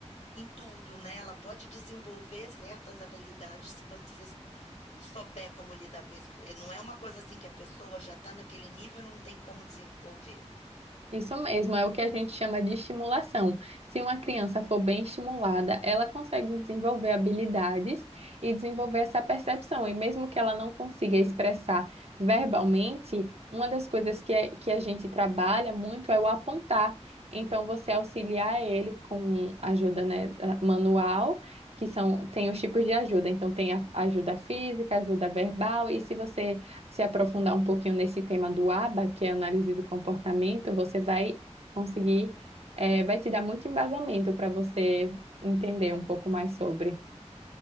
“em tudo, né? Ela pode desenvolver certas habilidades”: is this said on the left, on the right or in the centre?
Left